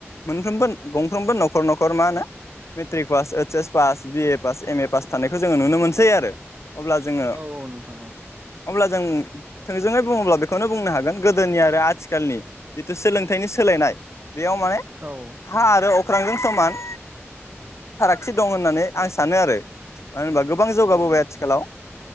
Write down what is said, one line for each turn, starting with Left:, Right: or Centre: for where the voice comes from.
Left: मोनफ्रोमबो गंफ्रोमबो नखर नखर मा होनो matric pass H S pass BA pass M A pass थानायखौ जोङो नुनो मोनसै आरो अब्ला जोङो
Right: औ औ नोंथां औ
Left: अब्ला जों थोंजोङै बुङोब्ला बेखौनो बुंनो हागोन गोदोनि आरो आथिखालनि जिथु सोलोंथाइनि सोलायनाय बेयाव माने
Right: औ
Left: हा आरो अ ख्रांजों समान फारागथि दं होननानै आं सानो आरो मानो होनबा गोबां जौगाबोबाय
Right: औ नोंथां
Left: आथिखालाव